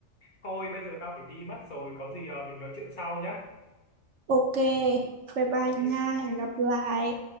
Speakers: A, on the left; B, on the right.
A: thôi bây giờ tao phải đi mất rồi có gì à, mình nói chuyện sau nhá
B: ok bye
A: tạm
B: bye
A: biệt
B: nha hẹn gặp lại